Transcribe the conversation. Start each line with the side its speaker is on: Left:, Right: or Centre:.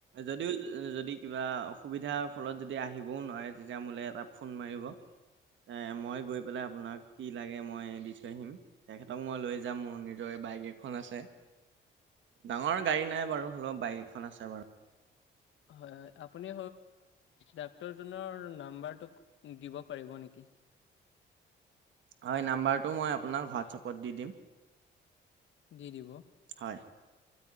Right: যদিও যদি কিবা অসুবিধাৰ ফলত যদি আহিবও নোৱাৰে, তেতিয়া মোলে এটা ফোন মাৰিব। এ, মই গৈ পেলাই আপোনাক কি লাগে মই দি থৈ আহিম। তেখেতক মই লৈ যাম মোৰ নিজৰে বাইক এখন আছে। ডাঙৰ গাড়ী নাই বাৰু, হলেও বাইক এখন আছে বাৰু।
Left: হয়, হয়, আপুনি ডাক্তৰজনৰ নাম্বাৰটো দিব পাৰিব নেকি?
Right: হয়, নাম্বাৰটো মই আপোনাক হোৱাটছআপত দি দিম।
Left: দি দিব।
Right: হয়।